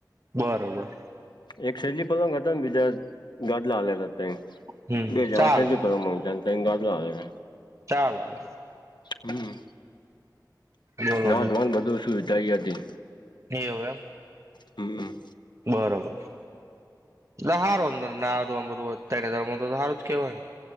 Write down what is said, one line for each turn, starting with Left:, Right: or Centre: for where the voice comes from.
Right: બરોબર.
Left: એક સેરજી પલંગ હતા ને, બીજા ગાદલા આ હતા ત,
Right: હમ
Left: બે જા
Right: ચાલે
Left: સે પલંગ. રંગાદલા આવે.
Right: ચાલો.
Left: હમ,
Right: બોલો
Left: ના તોને બધું સુુંવધાય હતી.
Right: હોવે.
Left: હમ
Right: બરોબર. સારું ના તો આમ બધું અ હ. તોરું જ કેવાય.